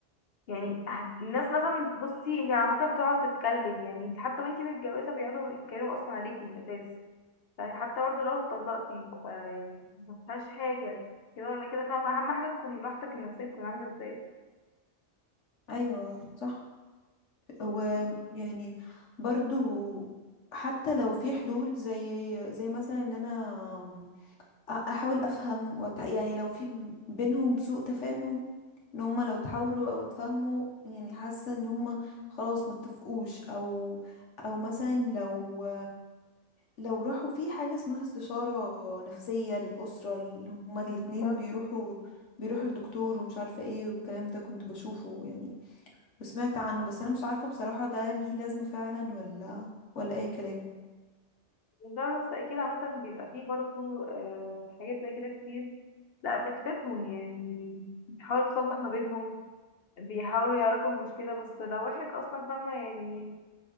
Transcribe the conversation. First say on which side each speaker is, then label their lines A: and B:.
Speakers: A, on the left; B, on the left.
A: يعني هت- الناس مثلا بصي هي عامة بتقعد تتكلم يعني حتى وانتي متجوزة بيقعدوا يتكلموا أصلا عليكي من الأساس يعني حتى برضه لو اتطلقتي ف- يعني مفيهاش حاجة كده ولا كده فاهمة أهم حاجة تكون راحتك النفسية تكون عاملة ازاي
B: ايوه صح ويعني برضو حتى لو في حلول زي زي مثلا ان انا أ- احاول افهم وت... يعني لو في ب- بينهم سوء تفاهم ان هما لو اتحاوروا او اتفاهموا يعني حاسه ان هما خلاص ما اتفقوش او او مثلا لو لو راحوا في حاجه اسمها استشاره نفسيه للاسره ال- هما الاتنين
A: بالظبط
B: بيروحوا بيروحوا الدكتور ومش عارفه ايه والكلام ده كنت بشوفه يعني وسمعت عنه بس انا مش عارفه بصراحه ده ليه لازمه فعلا ولا ولا اي كلام
A: بالظبط، بس أكيد عامة بيبقى فيه برضه آه، حاجات زي كده كتير لأ بتفيدهم يعني بتحاول تصلح ما بينهم بيحاولوا يعرفوا المشكلة بس لو واحد أصلا فاهمة يعني